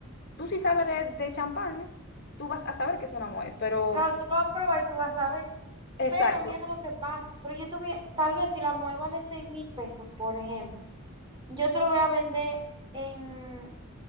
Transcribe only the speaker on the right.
Claro, tú lo vas a probar y tú vas a ver.
Pero mira lo que pasa. Pero yo te voy a- tal vez si la mueve vale seis mil pesos, por ejemplo, yo te lo voy a vender en,